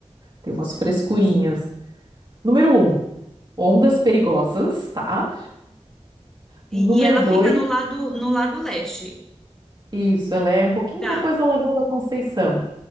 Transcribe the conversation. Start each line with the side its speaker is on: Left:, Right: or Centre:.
Right: tem umas
Centre: Sim.
Right: frescurinhas. Número um, ondas perigosas, tá? Número
Centre: E, e ela
Right: dois,
Centre: fica no lado no lado leste.
Right: isso, ela é um pouquinho
Centre: Tá.
Right: depois da Lagoa da Conceição.